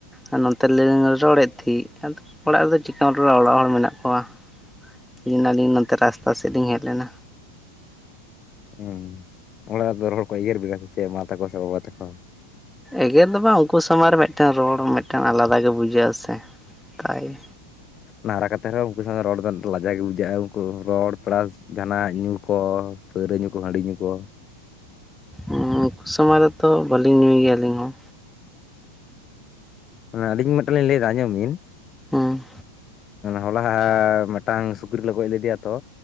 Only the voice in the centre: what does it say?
ᱟᱨ ᱱᱚᱛᱮ ᱨᱮᱞᱤᱧ ᱨᱚᱲᱮᱫ ᱛᱟᱦᱮᱫ᱾ᱚᱲᱟᱜ ᱨᱮᱫᱚ ᱪᱤᱠᱟᱢ ᱨᱚᱲᱟ ᱚᱲᱟᱜ ᱦᱚᱲ ᱢᱮᱱᱟᱜ ᱠᱚᱣᱟ ᱦᱮᱡ ᱮᱱᱟᱞᱤᱧ ᱱᱚᱛᱮ ᱨᱟᱥᱛᱟ ᱥᱮᱫ ᱞᱤᱧ ᱦᱮᱡ ᱞᱮᱱᱟ᱾
ᱮᱜᱮᱨ ᱫᱚ ᱵᱟᱝ, ᱩᱱᱠᱩ ᱥᱟᱢᱟᱝ ᱨᱮ ᱢᱤᱫᱴᱮᱱ ᱨᱚᱲ ᱢᱤᱫᱴᱮᱱ ᱟᱞᱟᱫᱟ ᱜᱮ ᱵᱩᱡᱷᱟᱹᱜ-ᱟ ᱥᱮ ᱛᱟᱭ
ᱩᱱᱠᱩ ᱥᱟᱢᱟᱝ ᱨᱮᱛᱚ ᱵᱟᱹᱞᱤᱧ ᱧᱩᱭ ᱜᱮᱭᱟ ᱟᱹᱞᱤᱧ ᱦᱚᱸ
ᱦᱮᱸ